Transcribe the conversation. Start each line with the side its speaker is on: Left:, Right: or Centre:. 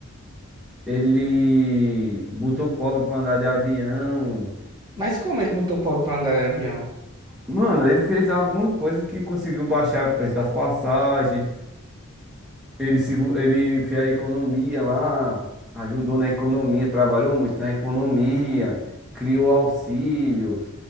Centre: ele botou o pobre para andar de avião.
Right: Mas como ele botou o pobre pra andar de avião?
Centre: Mano, ele fez alguma coisa que conseguiu baixar o preço das passagens. Ele, segu... ele fez a economia lá, ajudou na economia, trabalhou muito na economia, criou auxílios,